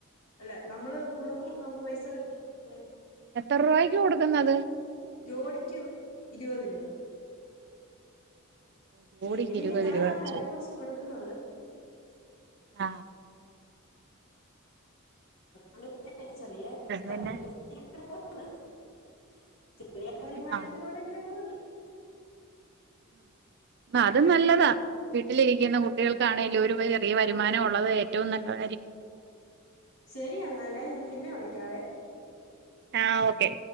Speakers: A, on the left (about 80°); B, on the right (about 50°).
A: അല്ല നമ്മള് കൊടുക്കും നമുക്ക് പൈസ കിട്ടും അങ്ങനെ
B: എത്ര രൂപായ്ക്ക് കൊടുക്കുന്നത്
A: ജോഡിക്കും ഇരുപത് രൂപ
B: ജോഡിക്ക്
A: ഈ ഏരിയല്
B: ഇരുപത്
A: ഞാനാണ്
B: രൂപ വെച്ച്
A: വില കുറച്ച് കൊടുക്കുന്നത്
B: ആ
A: അ <unintelligible> ചെറിയ <unintelligible> <unintelligible> <unintelligible>
B: പിന്നെ
A: വരുമാനത്തിലൂടെ
B: ആഹ്
A: ഇങ്ങനെ അങ്ങ് പോകന്നു
B: ആ അത് നല്ലതാ ട്ടിലിരിക്കുന്ന കുട്ടികൾക്കാണെലും
A: ആ
B: ഒരു ചെറിയ വരുമാനം ഉള്ളത് ഏറ്റവും നല്ലത
A: ശരി എന്നാലേ ഞാൻ പിന്നെ വിളി ക്കാവേ
B: ആ ഓക്കെ